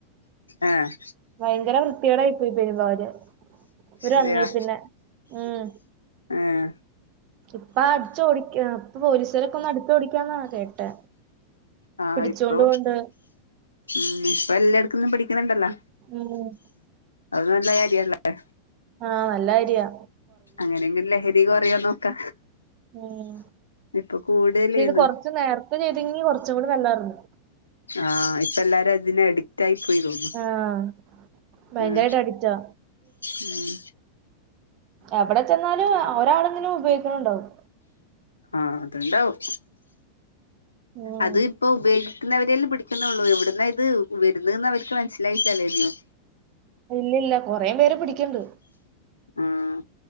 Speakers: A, on the left; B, on the right.
A: ആഹ്
B: ഭയങ്കര വൃത്തിയേടാ യിപ്പോ യി പോരുമ്പവുര് മൂപ്പര്
A: അതെയാ
B: വന്നേ പിന്നെ ഉം
A: ആ
B: ഇപ്പ അടിച്ചോടിക്കാ ഇപ്പൊ പോലീസരൊക്കൊന്ന് അട്ത്ത് ഓടിക്കാന്നാ കേട്ടെ
A: ആഹ്
B: പിടിച്ചോണ്ട്
A: ഇപ്പൊ
B: പോവ്ണ്ട്
A: ഉം ഇപ്പൊ എല്ലായിടക്കുംന്നും പഠിക്കുന്ന്ണ്ടല്ലോ.
B: ഉം
A: അത് നല്ല കാര്യല്ലേ
B: ആഹ് നല്ലാര്യാ
A: അങ്ങനെങ്കിലു ലഹരി കൊറയോ നോക്കാ
B: ഉം
A: ഇപ്പൊ കൂടുതലേന്ന്
B: പക്ഷെ ഇത് കൊറച്ച് നേരത്തെ ചെയ്തെങ്കി കൊറച്ചും കൂടി നല്ലാര്ന്നു
A: ആഹ് ഇപ്പ എല്ലാരും അതില്യേ എട് ടൈപ്പെയ്തോന്ന്
B: ആ ഭയങ്കരായിട്ട്
A: ഉം
B: അഡിക്റ്റാ
A: ഉം
B: എവടെ ചെന്നാലും ഒരാളെങ്കിലും ഉപയോഗിക്ക്ണണ്ടാവും
A: ആഹ് അത്ണ്ടാവും
B: ഉം
A: അത് ഇപ്പോ ഉപോഗി ക്ക്ന്നവരേല് പിടിക്ക്ന്നൊള്ളൂ എവിട്ന്നാ ഇത് വര്ന്നേന്ന് അവര്ക്ക് മനസ്സിലായിട്ടില്ലല്ലോ ഇനിയും
B: ഇല്ല ഇല്ല കൊറെ പേരേ പിടിക്ക്ണ്ട്
A: ആഹ്